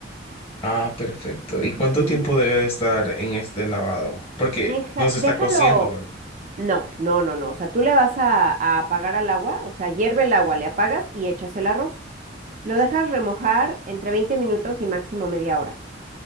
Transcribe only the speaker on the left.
Ah, perfecto. ¿Y cuánto
tiempo debe de estar en este lavado? Porque
no se
está cociendo, ¿verdad?